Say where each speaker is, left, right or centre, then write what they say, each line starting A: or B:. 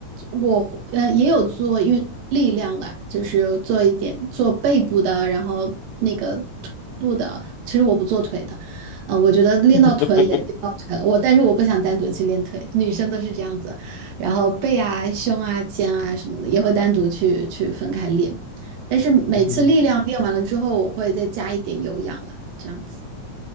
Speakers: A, on the right; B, on the left.
A: 我呃也有做运力量啦，就是做一点做背部的，然后那个臀部的。其实我不做腿的，呃，我觉得练到臀也练到腿了，
B: <laughs>
A: 我但是我不想单独去练腿，女生都是这样子，然后背啊、胸啊、肩啊什么的也会单独去去分开练，但是每次力量练完了之后，
B: 嗯哼，<laughs>
A: 我会再加一点有氧啦，这样子。